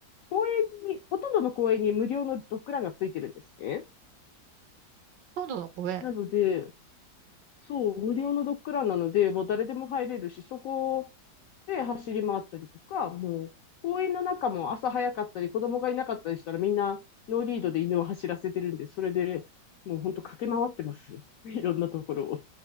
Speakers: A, on the left; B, on the right.
A: 公園に、ほとんどの公園に無料のドッグランがついてるんですね。
B: 今度の公園。
A: なので、そう、無料のドッグランなので、もう誰でも入れるし、そこで走り回ったりとか、もう、公園の中も朝早かったり、子供がいなかったりしたら、みんなノーリードで犬を走らせてるんで、それでもう本当駆け回ってます。<laughs> いろんなところを。